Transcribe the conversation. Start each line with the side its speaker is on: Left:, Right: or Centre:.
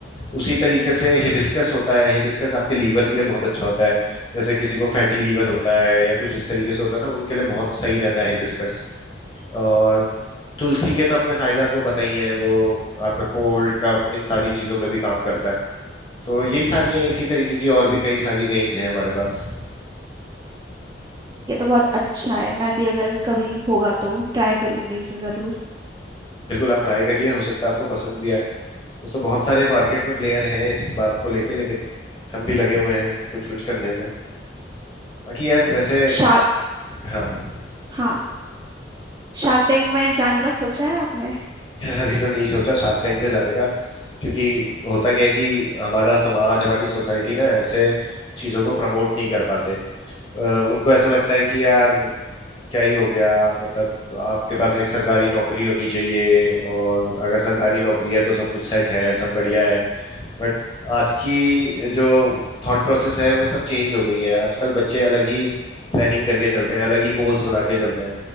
Left: उसी तरीके से हिबिस्कस होता है हिबिस्कस आपके लीवर के लिए बहुत अच्छा होता है जैसे किसी को फैटी लीवर होता है या कुछ इस तरीके से होता है ना उनके लिए बहुत सही रहता है हिबिस्कस और तुलसी के तो अपने फायदे आपको पता ही है वो आपका कोल्ड कफ इन सारी चीजों में भी काम करता है तो यही सारी है इसी तरीके की और भी कई सारी रेंज है हमारे पास
Right: ये तो बहुत अच्छा है मैं भी अगर कभी होगा तो ट्राई करूंगी इसे जरूर
Left: बिल्कुल आप ट्राई करिए हो सकता है आपको पसंद भी आए दोस्तों बहुत सारे मार्केट में प्लेयर हैं इस बात को लेके लेकिन हम भी लगे हुए हैं कुछ कुछ करने में बाकी यार वैसे
Right: शार्क
Left: हाँ
Right: हाँ शार्क टैंक में जाने का सोचा है आपने
Left: यार अभी तो नहीं सोचा शार्क टैंक पे जाने का क्योंकि होता क्या है कि हमारा समाज हमारी सोसाइटी ना ऐसे चीजों को प्रमोट नहीं कर पाते अ, उनको ऐसा लगता है कि यार क्या ही हो गया मतलब आपके पास एक सरकारी नौकरी होनी चाहिए और अगर सरकारी नौकरी है तो सब कुछ सेट है सब बढ़िया है बट आज की जो थॉट प्रोसेस है वो सब चेंज हो गई है आजकल बच्चे अलग ही प्लानिंग करके चलते हैं अलग ही गोल्स बना के चलते हैं